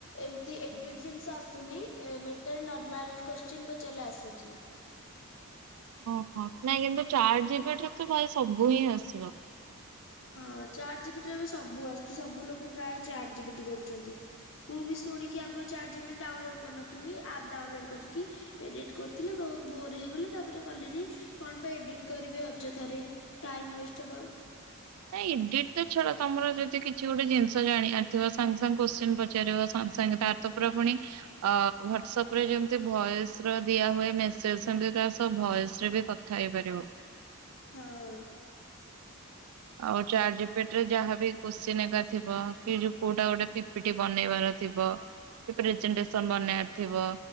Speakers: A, on the left; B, on the right.
A: ଏମିତି ଏଡ଼ିଟ୍ ଜିନିଷ ଆସୁନି, ମେଟାରେ ନର୍ମାଲ୍ କୋଶ୍ଚିନ୍ ପଚଲ ଆସୁଛି।
B: ଓହୋ ନାଇଁ କିନ୍ତୁ ଚାର ଜିବି ତ ଭାଇ ସବୁ ହିଁ ଆସିବ।
A: ହ ଚାର ଜିବ ରେ ଏବେ ସବୁ ଆସୁଛି ସବୁ ଲୋକ ପ୍ରାୟ ଚାର ଜିବି କରୁଛନ୍ତି ମୁଁ ବି ଶୁଣି ଚାର୍ଜିବ ଡାଉନଲୋଡ କରିନଥିଲି ଆପ୍ ଡାଉନଲୋଡ୍ କରିକି ଏଡିଟ କରିଥିଲଥିଲେ ବହୁତ ବୋର ହେଇଗ ତାପରେ କଣ ପାଇଁ ଏଟ କରି ଅଯଥାରେ ଟାଇମ ୱାଷ୍ଟେ।
B: ନାଇଁ ଏଡିଟ ତ ଛଡା ତମର ଯଦି କିଛି ଗୋଟେ ଜିନିଷ ଜାଣିବାରିଥିବ, ସାଙ୍ଗେ ସାଙ୍ଗେ କୋଶ୍ଚିନ୍ ପଚାରିବ ସାଙ୍ଗଙ୍ଗେ ସାଙ୍ଗେ ତରେ ପୁଣି ଅ ହଵାଟସଆପ ରେ ଯେମତି ଭୟସ ର ଦିଆ ହୁଏ, ମେସେଜ ସେ ଭୟସ ରେ ବି କଥା ହେଇପାରିବ।
A: ହଁ
B: ଆଉ ଚଜ ପେଟ ରେ ଯାହାବି କୋସିିନେଗା ଥିବ। କି ଯୋଉ କୋଉଟା ଗୋଟେ ପିପିଟି ବନେଇବାର ଥିବ। କି ପ୍ରେଜେଟେନ୍ସନ ବନେଇ ଥିବ।